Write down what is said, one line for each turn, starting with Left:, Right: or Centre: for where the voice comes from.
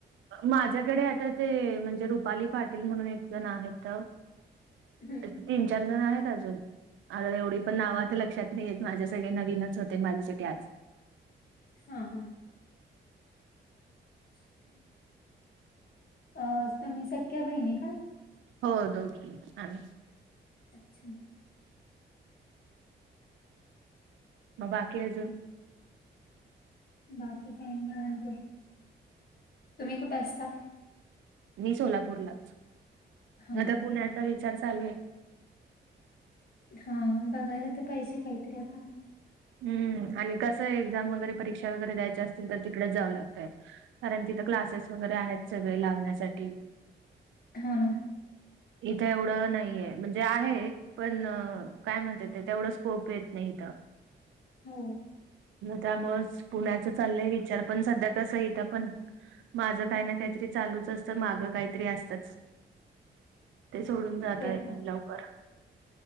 Right: माझ्याकडे आता ते म्हणजे रुपाली पाटील म्हणून एक जण आहेत
Left: हम्म.
Right: तीन, चार जण आहेत अजून आता एवढी पण नाव तर लक्षात नाहीेत माझ्या सगळे नवीनच होते माझ्यासाठी आज
Left: हा, हा. <unintelligible> अ, तुम्ही सख्या बहिणी का?
Right: हो, दोघी आम्ही.
Left: अच्छा.
Right: मग बाकी अजून?
Left: बाकी काय निवांत, तुम्ही कुठं असता?
Right: मी सोलापूरलाच,
Left: हां
Right: आता
Left: हां.
Right: पुण्याचा विचार चालूय.
Left: हा, बघायला तर पाहिजे काहीतरी आता.
Right: हम्म, आणि कसं एक्झाम वगैरे परीक्षा वगैरे द्यायच्या असतील तर तिकडेच जावं लागतंय. कारण तिथं क्लासेस वगैरे आहेत, सगळे लावण्यासाठी.
Left: हो, ना.
Right: इथं एवढं नाहीये, म्हणजे आहे. पण, काय म्हणतात ते, तेवढं स्कोप येत नाही इथं.
Left: हो.
Right: त्यामुळेच, पुण्याच चाललंय विचार पण सध्या तसं इथ पण, माझं काही ना काहीतरी चालूच असतं मागं काहीतरी असतच.
Left: <unintelligible>
Right: ते सोडून जात
Left: ते
Right: आहेत, लवकर.